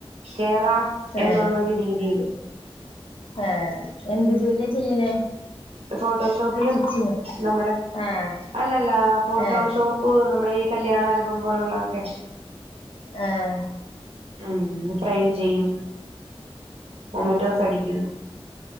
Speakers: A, on the right; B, on the left.
A: കേറാം
B: ആഹ്
A: എന്നുള്ളൊരു രീതിയില്
B: ആഹ് എന്ത് ജോലിയാ ചെയ്യണേ?
A: ഫോട്ടോഷോപ്പില്
B: സ്റ്റിച്ചിങ്
A: നമ്മടെ
B: ആഹ്
A: അല്ലല്ല ഫോട്ടോഷോപ്പ്
B: ആഹ്
A: പ്പ് നമ്മടെ ഈ കല്യാണ ആൽബം പോലുള്ളതൊക്കെ
B: ആഹ്
A: ഉം ഫ്രൈയും ചെയ്യും, മൊമൻ്റോസ് അടിക്കും